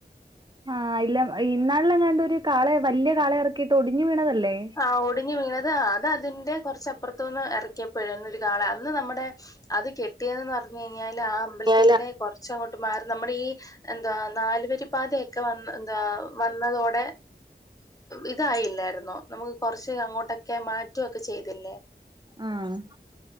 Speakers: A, on the right (about 25°); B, on the left (about 20°).
A: ആഹ് ഇല്ല ഇന്നാൾലെങ്ങാണ്ട് ഒരു കാളെ വല്യയ കാള ഇറക്കിയിട്ട് ഒടിഞ്ഞുവീണതല്ലേ
B: ആഹ് ഒടിഞ്ഞ് വീണത് അത് അതിന്റെ കൊറച്ചപ്പുറത്ത്ന്ന് എറക്കിയപ്പഴ അന്നൊരു കാള അന്ന് നമ്മുടെ അത് കെട്ടിയതെന്ന് പറഞ്ഞഴിഞ്ഞാല് ആ അമ്പൽത്തിന്റെ
A: ഞാലാ
B: കൊർച്ച അങ്ങോട്ട്മാറി നമ്മള് ഈ എന്താ നാലുവരി പാതയൊക്കെ വന്ന് എന്താ വന്നതോടെ ഇതായില്ലാര്ന്നോ നമുക്ക് കൊർച്ച് അങ്ങോട്ടൊക്കെ മാറ്റുവൊക്കെ ചെയ്തില്ലേ
A: ഉം